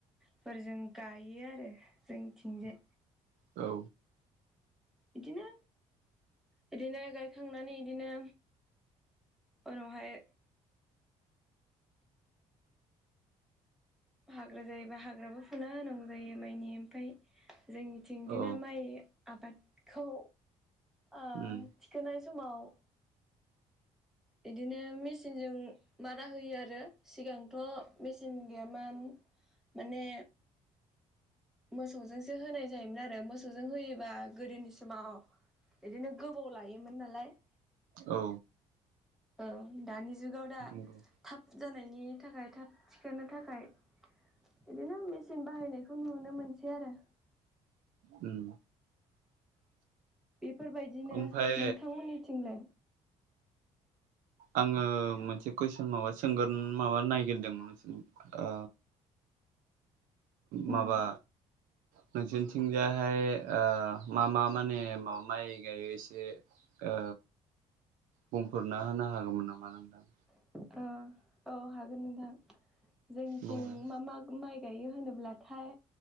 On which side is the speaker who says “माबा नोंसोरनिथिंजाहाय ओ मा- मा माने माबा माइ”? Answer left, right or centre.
Right